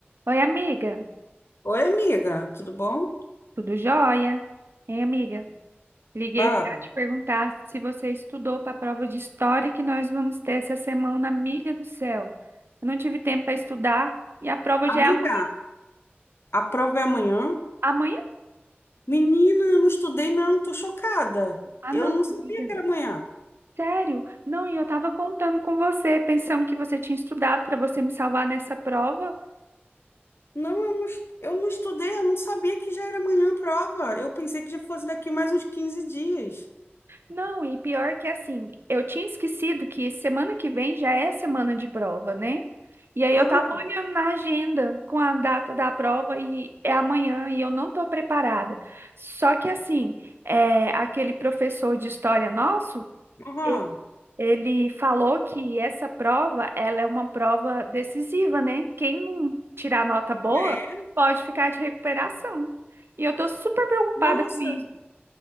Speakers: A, on the right (about 65°); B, on the left (about 70°).
A: Oi, amiga.
B: Oi, amiga, tudo bom?
A: Tudo jóia? Hein, amiga? Liguei
B: Fala.
A: para te perguntar se você estudou para a prova de história que nós vamos ter essa semana, amiga do céu. Eu não tive tempo para estudar e a prova
B: Amiga,
A: já é amanhã.
B: a prova é amanhã?
A: Amanhã?
B: Menina, eu não estudei, não, tô chocada.
A: Ah,
B: Eu
A: não,
B: não sabia
A: amiga.
B: que era amanhã.
A: Sério? Não, e eu estava contando com você, pensando que você tinha estudado para você me salvar nessa prova.
B: Não, eu não, es- eu não estudei, eu não sabia que já era amanhã a prova. Eu pensei que já fosse daqui mais uns quinze dias.
A: Não, e pior que assim, eu tinha esquecido que semana que vem já é semana de prova, né? E aí eu
B: Aham,
A: tava olhando na agenda com a data da prova e é amanhã e eu não tô preparada. Só que assim, é, aquele professor de história nosso,
B: aham.
A: e- ele falou que essa prova, ela é uma prova decisiva, né? Quem não tirar nota boa
B: Ah, É?
A: pode ficar de recuperação. E eu tô super preocupada
B: Nossa.
A: com isso.